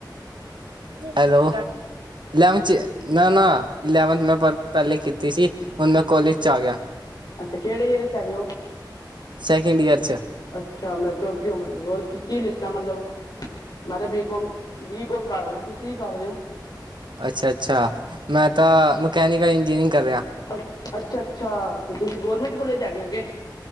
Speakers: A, on the right; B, on the left.
A: ਹੈਲੋ ਇਲੈਵੰਥ ਚ ਨਾ ਨਾ, ਇਲੈਵੰਥ ਮੈਂ ਪਰ ਪਹਿਲੇ ਕੀਤੀ ਸੀ, ਹੁਣ ਮੈਂ ਕੋਲੇਜ ਚ ਆ ਗਿਆ।
B: ਅੱਛਾ ਕਿਹੜੇ ਕਿਹੜੇ ਕਹ ਰਹੇ ਹੋ?
A: ਸੈਕਿੰਡ ਈਅਰ ਚ
B: ਅੱਛਾ ਮੇਰੇ ਤੋਂ ਅੱਗੇ ਹੋ, ਮਤਲਬ ਹੋਰ ਕੀ ਕੀ ਲਿੱਤਾ ਮਤਲਬ ਮੈਂ ਤੇ ਬੀਕੋਮ ਬੀਕੋਮ ਕਰ ਰਿਹਾ। ਤੁਸੀ ਕੀ ਕਰ ਰਹੇ ਹੋ?
A: ਅੱਛਾ ਅੱਛਾ, ਮੈਂ ਤਾਂ ਮਕੈਨੀਕਲ ਇੰਨਜੀਨਰਿੰਗ ਕਰ ਰਿਹਾ।
B: ਅੱ ਅੱਛਾ ਅੱਛਾ ਤੇ ਤੁਸੀਂ ਗੌਰਮੈਂਟ ਕੋਲੇਜ ਹੈਗੇ ਔ ਕੇ?